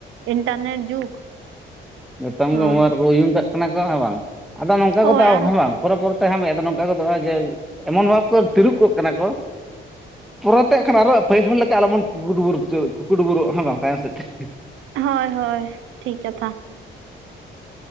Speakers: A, on the right; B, in the centre.
A: ᱤᱱᱴᱟᱨᱱᱮᱴ ᱡᱩᱜᱽ
B: ᱱᱤᱛᱚᱝ
A: ᱦᱳᱭ
B: ᱫᱚ ᱩᱢᱟᱹᱨ ᱠᱚ ᱩᱭᱩᱝ ᱠᱟᱜ ᱠᱟᱱᱟ ᱠᱚ ᱦᱮᱸ ᱵᱟᱝ ᱟᱫᱚ ᱱᱚᱝᱠᱟ
A: ᱦᱳᱭ
B: ᱠᱚᱫᱚ
A: ᱟᱨ
B: <unintelligible> ᱵᱟᱝ ᱯᱚᱨᱮ ᱯᱚᱨᱮ ᱛᱮ <unintelligible> ᱱᱚᱝᱠᱟ ᱜᱚᱫᱚᱜᱼᱟ ᱡᱮ ᱮᱢᱚᱱ ᱵᱷᱟᱵ ᱠᱚ ᱛᱤᱨᱩᱵ ᱠᱚᱜ ᱠᱟᱱᱟ ᱠᱚ ᱯᱚᱨᱮ ᱛᱮ ᱟᱜᱠᱷᱟᱱ ᱟᱨᱚ ᱯᱟᱹᱦᱤᱞ ᱦᱚᱲ ᱞᱮᱠᱟ ᱟᱞᱚᱵᱚᱱ ᱠᱩᱠᱩᱰᱩᱵᱩᱨ ᱩᱛᱟᱹᱨ ᱠᱩᱠᱩᱰᱩᱵᱩᱨᱚᱜᱼᱟ ᱵᱟᱝ ᱛᱟᱭᱚᱢ ᱥᱮᱫ ᱛᱮ
A: ᱦᱳᱭ ᱦᱳᱭ ᱴᱷᱤᱠ ᱠᱟᱛᱷᱟ